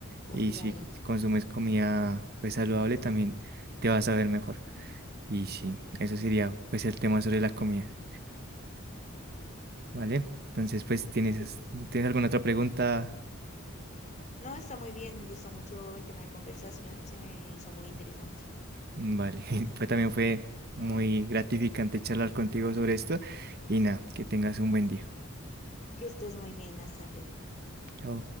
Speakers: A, on the right; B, on the left.
A: Y
B: claro.
A: si consumes comida pues saludable, también te vas a ver mejor. Y sí, eso sería pues el tema sobre la comida, ¿vale? Entonces, pues, ¿tienes,
B: Sí.
A: tienes alguna otra pregunta?
B: No, está muy bien, me gustó mucho el tema de conversación, se me hizo muy interesante.
A: Vale, <laughs> pues también fue muy gratificante charlar contigo sobre esto y nada, que tengas un buen día.
B: Que estés muy bien, hasta luego.
A: Chao.